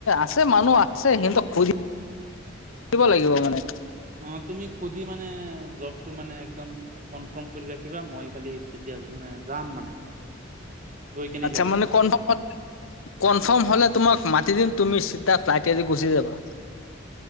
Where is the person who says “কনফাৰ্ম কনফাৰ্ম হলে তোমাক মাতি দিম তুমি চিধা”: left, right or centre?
Left